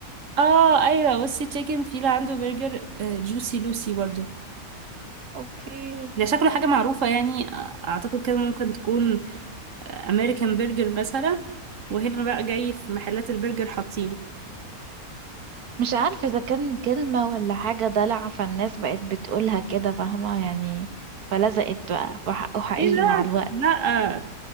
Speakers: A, on the right; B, on the right.
A: اه ايوه بصي تشيكن فيلا عنده برجر جوسي لوسي برضو
B: اوكي
A: ده شكله حاجة معروفة يعني أعتقد كده ممكن تكون أمريكان برجر مثلا وهنا بقى جاي في محلات البرجر حاطينه
B: مش عارفة إذا كان كلمة ولا حاجة دلع فالناس بقت بتقولها كده فاهمة يعني فلزقت بقى وحقه حقيقي
A: ايه ده؟
B: مع الوقت
A: لأ